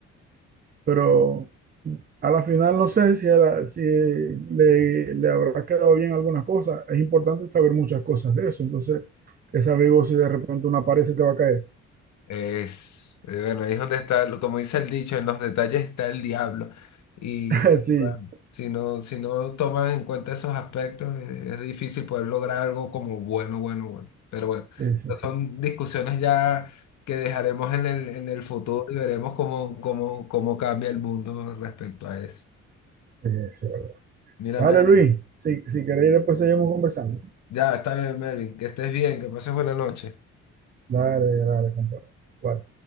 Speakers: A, on the right; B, on the left.
A: pero a la final no sé si, a la- si le, le habrá quedado bien algunas cosas. Es importante saber muchas cosas de eso, entonces, que sabes vos si de repente una pared se te va a caer.
B: Es, eh, bueno, ahí es donde está, el- como dice el dicho, en los detalles está el diablo. Y
A: <laughs> Sí,
B: bueno, si no, si no tomas en cuenta esos aspectos, es, es difícil poder lograr algo como bueno, bueno, bueno. Pero bueno,
A: sí, sí, sí.
B: son discusiones ya que dejaremos en el, en el futuro y veremos cómo, cómo, cómo cambia el mundo respecto a eso.
A: Sí, sí, verdad.
B: Mira,
A: Dale,
B: Mervin,
A: Luis, si, si queréis después seguimos conversando.
B: ya está bien, Mervin, que estés bien, que pases buena noche.
A: Dale, dale, compadre. Igual.